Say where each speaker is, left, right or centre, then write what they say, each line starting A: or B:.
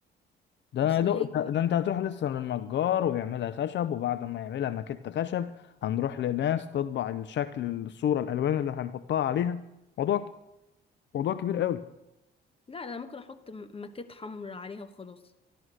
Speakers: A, on the left (about 65°); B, on the left (about 30°).
A: ده انا
B: اصل
A: يا دوب-
B: هي
A: ده, ده انت هتروح لسه للنجار ويعملها خشب وبعد ما يعملها ماكيت خشب هنروح لناس تطبع الشكل الصوره الالوان اللي هنحطها عليها موضوع موضوع كبير قوي
B: لا لا ممكن احط م- ماكيت حمراء عليها وخلاص